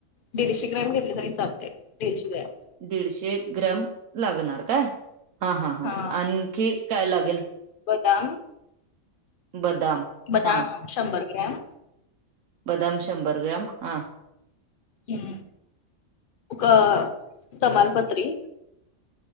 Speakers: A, on the left; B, on the right.
A: दीडशे ग्रॅम घेतले तरी चालते दीडशे ग्रॅम.
B: दीडशे ग्रॅम लागणार काय? हां हां हां
A: हा
B: आणखी काय लागेल?
A: बदाम.
B: बदाम.
A: बदाम
B: हा
A: शंभर ग्रॅम
B: बदाम शंभर ग्रॅम हा.
A: हम्म क तमालपत्री